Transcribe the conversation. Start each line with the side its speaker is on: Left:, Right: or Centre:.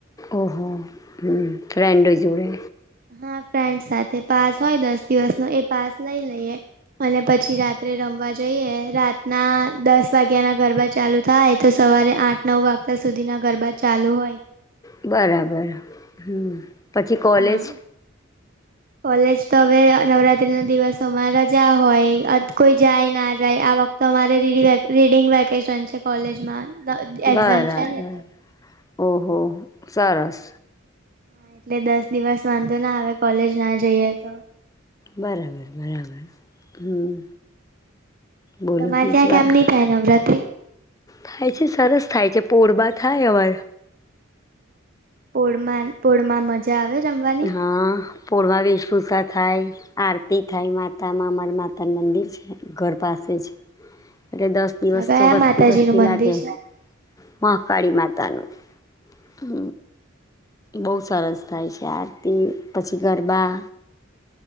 Left: ઓહ હમ ફ્રન્ડો જોડે.
Right: હા ફ્રેન્ડ સાથે પાસ હોય દસ દિવસ નો એ પાસ લઈ લઈએ. અને પછી રાત્રે રમવા જઈએ રાતના દસ વાગ્યા ના ગરબા ચાલુ થાય તો સવારે આઠ નવ વાગ્યા સુધી ના ગરબા ચાલુ હોય.
Left: બરાબર હમ. પછી કોલેજ
Right: હા કોલેજ તો હવે નવરાત્રી ના દિવસોમાં રજા હોય અથ કોઈ જાય ના જાય આ વખતે અમારે ર રીડિંગ વેકેશન છે કોલેજમાં. દ
Left: બરાબર
Right: એક્ઝામ છે ને
Left: ઓહો સરસ
Right: હા, એટલે દસ દિવસ વાંધો ના આવે કોલેજ ના જઈએ તો.
Left: બરાબર બરાબર હમ. બોલો
Right: તમારે
Left: બીજું
Right: ત્યાં
Left: વા
Right: કેમ ની થાય નવરાત્રી?
Left: થાય છે સરસ થાય છે પોરબા થાય અમાર
Right: પોળમાં પોળમાં મજા આવે રમવાની?
Left: હા પોળમાં વેશભૂષા થાય. આરતી થાય માતા મા અમાર માતા મંદિર છે ઘર પાસે જ એટલે દસ
Right: અચ્છા
Left: દિવસ
Right: કયા
Left: તો વસ્તી
Right: માતાજી
Left: વસ્તી
Right: નું મંદિર
Left: લાગે.
Right: છે હા
Left: મહાકાળી માતા નું હ બહુ સરસ થાય છે આરતી પછી ગરબા